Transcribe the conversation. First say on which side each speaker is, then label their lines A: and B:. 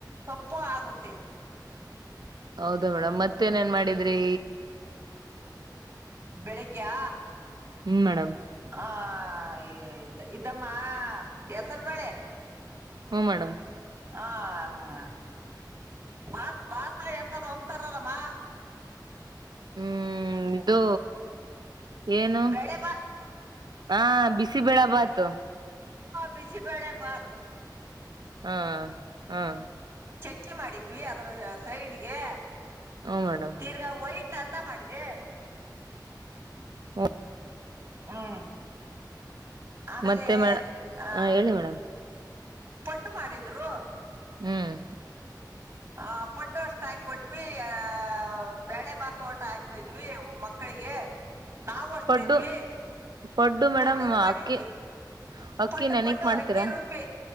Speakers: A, on the right (about 35°); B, on the right (about 65°).
A: ಪ್ಪು ಆಗುತ್ತೆ.
B: ಹೌದಾ ಮೇಡಮ್ ಮತ್ತೇನೇನ್ ಮಾಡಿ ಡಿದ್ರಿ.
A: ಬೆಳಿಗ್ಗೆಯ
B: ಹ್ಮ್ ಮೇಡಮ್
A: ಆ ಇ ಇದಮ್ಮ ಅ ಹೆಸರು ಬೇಳೆ.
B: ಹ್ಮ ಮೇಡಮ್.
A: ಹಾಂ ಬಾತ್ ಭಾತ ಎಂಥದ್ದೊ ಅಂತಾರಲ್ಲಮ್ಮ
B: ಹ್ಮ್ ಇದು ಏನು
A: ಬೇಳೆ ಬಾ
B: ಹಾ ಬಿಸಿಬೇಳೆ ಬಾತು.
A: ಬಿಸಿಬೇಳೆ ಭಾತು.
B: ಹಾ ಹ್ಮ್
A: ಚಟ್ನಿ ಮಾಡಿದ್ವಿ ಅದರ್ ಸೈಡ್ಗೆ.
B: ಹ್ಮ ಮೇಡಮ್
A: ತೀರ್ಗಾ ವೈಟ್ ಟ್ ಅನ್ನ ಮಾಡ್ದೆ.
B: ಹುಂ
A: ಹ್ಮು ಆಮೇಲೆ
B: ಮತ್ತೆ ಮೇಡ
A: ಆ
B: ಹ ಹೇಳಿ ಮೇಡಮ್
A: ಪಡ್ ಮಾಡಿದ್ರು.
B: ಹ್ಮ್
A: ಹ ಪಡ್ಡು ಅಷ್ಟ್ ಹಾಕೊಟ್ವಿ ಆ ಬೇಳೆ ಭಾತ್ ಊಟ ಹಾಕಿದ್ವಿ ಮಕ್ಕಳಿಗೆ ನಾವು ಅಷ್ಟ್
B: ಪಡ್ಡು
A: ತಿಂದ್ವಿ
B: ಪಡ್ಡು ಮೇಡಮ್
A: ಪಡ್ಡುನು ಮಾಡಿದ್ವಿ
B: ಅಕ್ಕಿ ಅಕ್ಕಿ
A: ಪಡ್ಡು
B: ನೆನಕ್
A: ಪಡ್ಡು
B: ಮಾಡ್ತೀರಾ
A: ಅಕ್ಕಿ ರುಬ್ಬಿ